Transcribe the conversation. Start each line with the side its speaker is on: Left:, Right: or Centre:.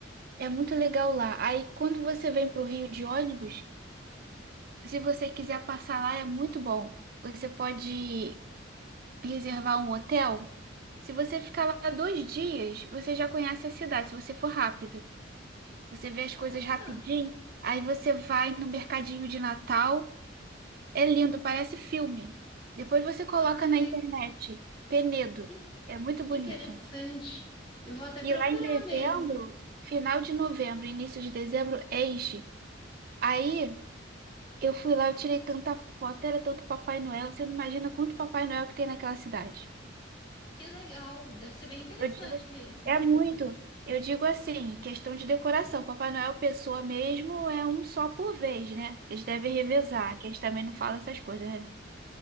Right: É muito legal lá. Aí quando você vem para o Rio de ônibus, se você quiser passar lá, é muito bom. Você pode reservar um hotel. Se você ficar lá dois dias, você já conhece a cidade, se você for rápida. Você vê as
Left: Nossa,
Right: coisas rapidinho, aí você vai no mercadinho de Natal. É lindo, parece filme. Depois você coloca
Left: ai,
Right: na internet, Penedo.
Left: que,
Right: É muito
Left: que
Right: bonito.
Left: interessante. Eu vou até
Right: E
Left: procurar
Right: lá em dezembro,
Left: mesmo.
Right: final de novembro, início de dezembro, enche. Aí eu fui lá, eu tirei tanta foto, era tanto Papai Noel, você não imagina quanto Papai Noel que tem naquela cidade.
Left: Que legal, deve ser bem interessante
Right: Eu digo,
Left: mesmo.
Right: é muito. Eu digo assim, questão de decoração. Papai Noel, pessoa mesmo, é um só por vez, né? Eles devem revezar,
Left: Aham.
Right: que a gente também não fala essas coisas, né?